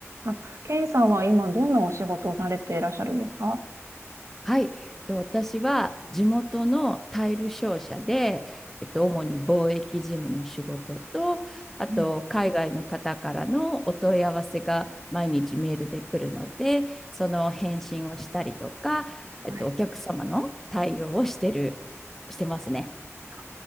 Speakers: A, on the right; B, in the centre.
A: あ、ケイさんは今どんなお仕事をされていらっしゃるんですか
B: はい、えっと私は地元のタイル商社で、えっと、主に貿易事務の仕事と、あと海外の方からのお問い合わせが毎日メールで来るので、
A: うん、
B: その返信をしたりとか、
A: はい。
B: えっと、お客様の対応をしてる、してますね。
A: あ